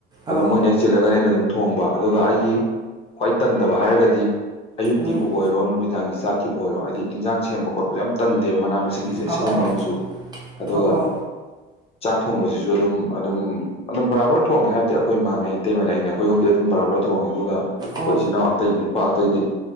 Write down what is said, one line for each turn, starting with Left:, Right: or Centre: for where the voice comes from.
Right: ꯑꯧ
Left: ꯑꯗꯨꯝ ꯃꯣꯏꯅ ꯍꯦꯛ ꯆꯤꯜꯂꯒꯅ ꯑꯩꯅ ꯑꯗꯨꯝ ꯊꯣꯡꯕ꯫ ꯑꯗꯨꯒ ꯑꯩꯒꯤ ꯈ꯭ꯋꯥꯏ ꯇꯟꯗꯕꯥ ꯍꯥꯏꯔꯒꯗꯤ ꯑꯌꯨꯛꯀꯤꯕꯨ
Right: ꯎꯝ
Left: ꯑꯣꯏꯔꯣ ꯅꯨꯃꯤꯗꯥꯡꯒꯤ ꯆꯥꯛꯀꯤꯕꯨ ꯑꯣꯏꯔꯣ ꯍꯥꯏꯗꯤ ꯏꯟꯖꯥꯡ ꯁꯦꯝꯕ ꯈꯣꯠꯄꯁꯤ ꯌꯥꯝ ꯇꯟꯗꯦꯕ ꯃꯅꯥ ꯃꯁꯤꯡ꯫ ꯁꯤꯡꯒꯤꯁꯦ꯫
Right: ꯑꯧ
Left: ꯁꯤꯒꯨꯝꯕꯥ ꯑꯃꯁꯨ ꯑꯗꯨꯒ
Right: ꯑꯧ ꯑꯣ
Left: ꯆꯥꯛ ꯊꯣꯡꯕꯁꯤꯁꯨ ꯑꯗꯨꯝ ꯑꯗꯨꯝ ꯑꯗꯨꯝ ꯕꯥꯔꯥꯕꯔ ꯊꯣꯡꯉꯦ ꯍꯥꯏꯕꯗꯤ ꯑꯩꯈꯣꯏ ꯏꯃꯥꯅꯦ ꯏꯇꯩꯃꯅꯦ ꯑꯩꯈꯣꯏ ꯑꯍꯨꯝꯗꯤ ꯑꯗꯨꯝ ꯕꯔꯥꯕꯔ ꯊꯣꯡꯉꯦ ꯑꯗꯨꯒ ꯑꯩꯈꯣꯏ
Right: ꯑꯣ ꯑꯣ
Left: ꯏꯆꯤꯟ ꯏꯅꯥꯎ ꯑꯇꯩ ꯅꯨꯄꯥ ꯑꯇꯩꯗꯤ